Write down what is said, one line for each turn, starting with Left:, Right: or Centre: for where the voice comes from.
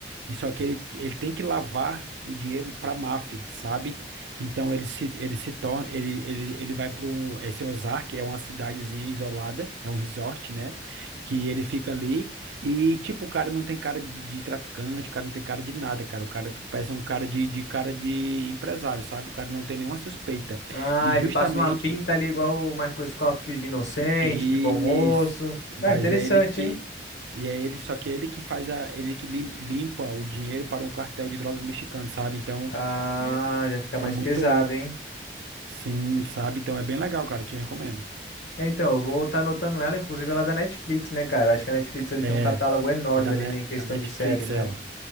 Right: E só que ele, ele tem que lavar o dinheiro para máfia, sabe? Então ele se ele se torna ele ele, ele vai para um esse Ozark é uma cidadezinha isolada, é um resort, né? Que ele fica ali e tipo o cara não tem cara de, de traficante, o cara não tem cara de nada, cara. O cara parece um cara de, de cara de empresário, sabe? O cara não tem nenhuma suspeita.
Left: Ah,
Right: E justamente
Left: ele passa uma pinta ali igual o Michael Scofield de inocente,
Right: e
Left: de bom moço.
Right: mas
Left: Cara, interessante,
Right: é ele que
Left: hein?
Right: e é ele, só que é ele que faz a ele que lim- limpa o dinheiro para um cartel de drogas mexicano, sabe? Então
Left: Ah,
Right: é,
Left: já fica mais
Right: é muito
Left: pesado,
Right: louco.
Left: hein?
Right: Sim, sabe? Então é bem legal, cara, te recomendo.
Left: É, então, eu vou estar anotando ela, inclusive ela é da Netflix, né, cara? Acho que a Netflix ele tem
Right: É,
Left: um catálogo enorme
Right: é da,
Left: ali
Right: Ne-
Left: né, em questão
Right: da Netflix
Left: de séries, né?
Right: ela.